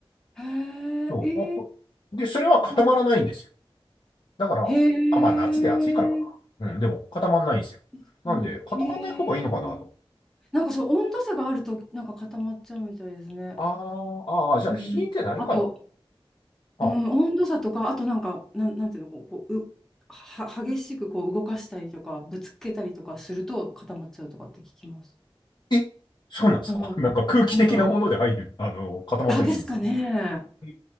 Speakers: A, in the centre; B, on the left.
A: へえ、
B: そう。あこで、
A: ええ
B: それは固まらないんですよ。
A: まあ
B: だから、
A: へえ、
B: あ、まあ夏で暑いからかな。うん、でも固まらないんですよ。
A: 確かに。
B: なんで、固まらない方がいいのかなと。
A: へえ、なんかそう、温度差があると、なんか固まっちゃうみたいですね。
B: あーあー、じゃあ冷えてないから。
A: うん。あと、
B: あ、
A: うん、温度差とか、あとなんか、なん、なんていうの、こう、こう、う、は、激しくこう動かしたりとか、ぶつけたりとかすると固まっちゃうとかって聞きます。
B: え、そうなんですか
A: うん。
B: <laughs> なんか空気的なもので入る、
A: うん。
B: あの、固まったりするんですか
A: あ、ですかね。
B: え